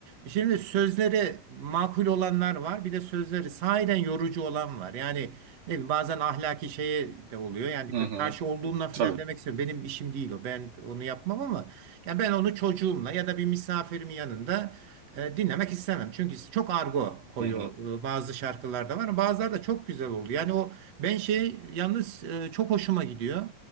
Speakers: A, on the right; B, on the right.
A: Şimdi sözleri makul olanlar var. Bir de sözleri sahiden yorucu olan var. Yani ne bileyim, bazen ahlaki şeye de oluyor. Yani
B: Hı
A: bir
B: hı.
A: karşı olduğumla falan
B: Tabii.
A: demek istiyorum. Benim işim değil o. Ben onu yapmam ama ya ben onu çocuğumla ya da bir misafirimin yanında e, dinlemek istemem. Çünkü çok argo koyuyor
B: Hı hı.
A: e, bazı şarkılarda var. Bazıları da çok güzel oldu. Yani o ben şey yalnız e, çok hoşuma gidiyor.